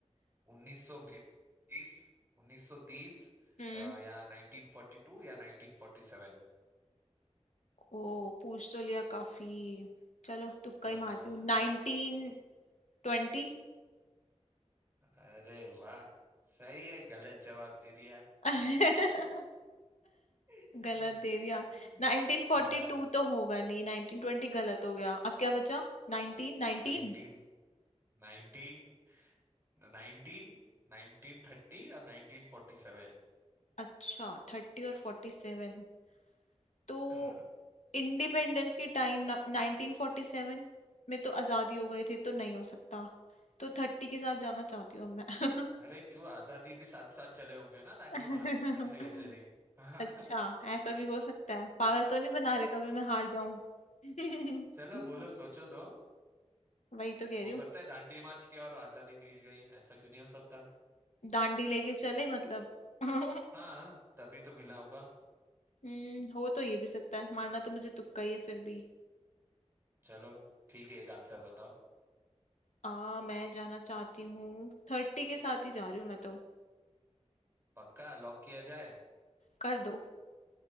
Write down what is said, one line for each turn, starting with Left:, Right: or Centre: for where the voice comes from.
Right: 1920 1930
Left: हम्म
Right: अ, या 1942 या 1947
Left: ओ पूछ तो लिया काफी चलो तुक्का
Right: हाँ
Left: ही मारती हूँ नाइनटीन ट्वेंटी
Right: अरे वाह सही है गलत जवाब दे दिया
Left: <laughs>
Right: <laughs>
Left: गलत दे दिया नाइनटीन फोर्टी
Right: हाँ
Left: टू तो होगा नहीं नाइनटीन ट्वेंटी गलत हो गया अब क्या बचा Nineteen nineteen
Right: 1930 Nineteen nineteen nineteen thirty और नाइनटीन फोर्टी सेवन
Left: अच्छा थर्टी और फोर्टी सेवन तो
Right: हाँ
Left: इंडिपेंडेंस के टाइम नाइनटीन फोर्टी सेवन में तो आजादी हो गए थे तो नहीं हो सकता तो थर्टी के साथ जाना चाहती हूँ अब
Right: अरे क्यों आजादी भी साथ साथ चले होंगे ना दांडी
Left: मैं <laughs>
Right: मार्च ऐसे कैसे नहीं <laughs> हाँ
Left: अच्छा ऐसा भी हो सकता है पागल तो नहीं बना रहे कभी मैं हार जाऊं <laughs>
Right: चलो बोलो सोचो तो
Left: वही तो कह रही
Right: हो सकता
Left: हूँ
Right: है दांडी मार्च की और आजादी मिल गई ऐसा क्यों नहीं हो सकता
Left: डांडी लेके चले मतलब <laughs>
Right: हाँ तभी तो मिला होगा
Left: हम्म हो तो ये भी सकता है मारना तो मुझे तुक्का ही है फिर भी
Right: चलो ठीक है एक आंसर बताओ
Left: आ मैं जाना चाहती हूँ थर्टी के साथ ही जा रही हूँ मैं तो
Right: पक्का लॉक किया जाए
Left: कर दो